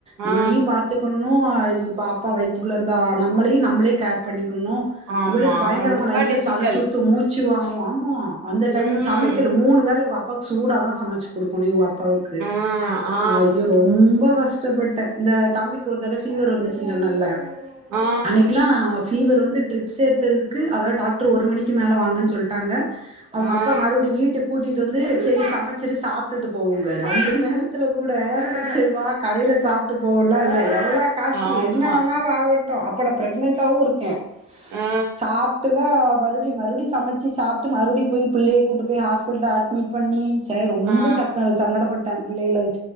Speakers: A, on the right; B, on the right.
A: இவள
B: ஆ
A: நீ பாத்துக்கணும் மூ இப்ப அப்பா வைத்துக்குள்ள இருந்தா நம்மளே நம்பளே கேர் பண்ணி இன்னும்
B: ஆமா
A: இவளுக்கு பயங்கரமா
B: ரொம்ப
A: லைட்ட
B: டிஃபிகல்
A: தல சுத்து மூச்சு வாங் எ ஆமா அந்த டைம்
B: ம்
A: சமைக்கல மூணு வேலய அப் அப்பாவுக்கு சூடா தான் சமச்சி குடுக்கணும் இவங்க அப்பாவுக்கு
B: ஆ ஆ
A: அ ஐயோ ரொம்ப கஷ்டம் கஷ்டப்பட்டேன் இந்த தம்பிக்கு ஒரு தடவ ஃபீவர் வந்துச்சுன்னு சொன்னல
B: ஆ
A: அன்னைக்கிலாம் ஃபீவர் வந்து ட்ரிப்ஸ் ஏத்ரதுக்கு அதாவது டாக்டரு ஒரு மணிக்கு மேலே வாங்கன்னு சொல்லிட்டாங்க அவங்க
B: ஆ
A: அப்பா மறுபடியும் வீட்டுக் கூடிட்டு வந்து செரி சமைச்சு சாப்டுட்டு போவங்க அந்த நேரத் கூட செரிவா கடையில சாப் ட்டு போலாம் ல எல்லா காய்ச்சல்
B: ஆமா
A: என்ன வேணாலும் ஆகட்டும் அப்போனா அ பிரகனன்டாவும் இருக்கேன்
B: ஆ
A: சாப்டுதான் மறுடி மறுடி சமச்சி சாப்ட்டு மறுடி போய் புள்ளய கூட்டு போய் ஹாஸ்பெட்ல அட்மிட் பண்ணி ச ரொம்ப
B: ஆ
A: சக்கன சங்கடபட் தன் பிள்ளைகழ வைச்